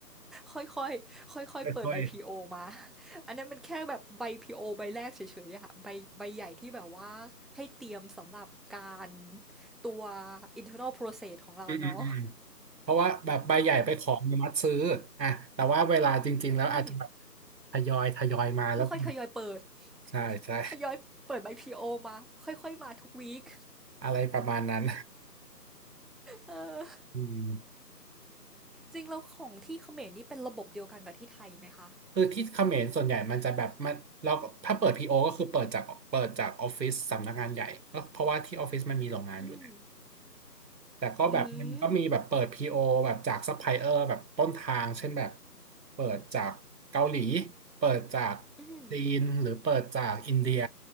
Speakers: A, in the centre; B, on the right (about 80°).
A: ค่อยๆค่อยๆเปิดใบ
B: ค่อย
A: PO มาอันนั้นมันแค่แบบใบ PO ใบแรกเฉยๆอะค่ะใบใบใหญ่ที่แบบว่าให้เตรียมสำหรับการตัว internal process
B: ๆอืมอืมอืม
A: ของเราเนาะ
B: เพราะว่าแบบใบใหญ่ไปขออนุมัติซื้ออ่ะแต่ว่าเวลาจริงๆแล้วอาจจะแบบ
A: อืม
B: ทยอยทยอยมาแล้วกัน
A: ค่อยๆทยอยเปิด
B: ใช่ใช่
A: ทยอยเปิดใบ PO มาค่อยๆมาทุกวีก
B: อะไรประมาณนั้น
A: เออ
B: อืม
A: จริงแล้วของที่เขมรนี่เป็นระบบเดียวกันกับที่ไทยไหมคะ
B: คือที่เขมรส่วนใหญ่มันจะแบบมันเราก็ถ้าเปิดพีโอก็คือเปิดจากเปิดจากออฟฟิศสำนักงานใหญ่ก็เพราะว่าที่ออฟฟิศมันมีโรงงานอยู่
A: อืม
B: แต่ก็แบบมันก็มีแบบเปิด
A: อืม
B: PO แบบจากซัพพลายเออร์แบบต้นทางเช่นแบบเปิดจากเกาหลีเปิดจาก
A: อืม
B: จีนหรือเปิดจากอินเดีย